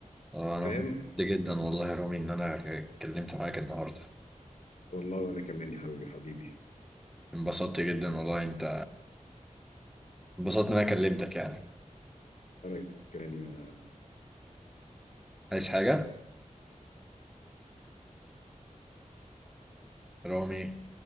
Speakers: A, in the centre; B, on the left.
A: آه،
B: فاهم
A: انا انبسطت جدا والله يا رامي ان انا اتكلمت معاك النهارده
B: والله وانا كمان يا حبيبي حبيبي
A: انبسطت جدا والله انت انبسطت ان انا كلمتك يعني
B: انا كمان يا
A: عايز حاجه رامي